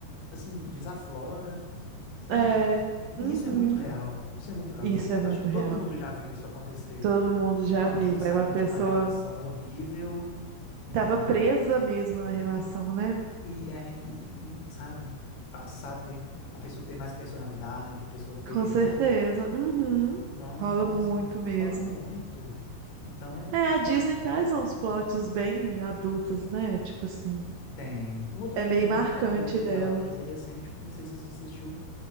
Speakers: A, on the left; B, on the right.
A: assim, desaflora, sabe?
B: é. Uhum.
A: E isso é muito real, isso é muito real.
B: Isso
A: Eu
B: é muito
A: acho que todo
B: real.
A: mundo já viu isso acontecer.
B: Todo mundo já
A: Alguém
B: viu, velho.
A: sair
B: Uma pessoa
A: de uma relação horrível e
B: tava presa mesmo na relação, né?
A: E, é, e, e, sabe, passar a ter, a pessoa ter mais personalidade, a pessoa ter,
B: Com certeza.
A: né?
B: Uhum.
A: Não,
B: Rola
A: então,
B: muito
A: assim,
B: mesmo.
A: rola muito. Então,
B: É, a Disney traz uns plots bem adultos, né? Tipo assim,
A: tem. Um outro
B: é
A: filme
B: meio
A: muito
B: marcante
A: adulto
B: dela.
A: que ela trouxe recente, não sei se você assistiu,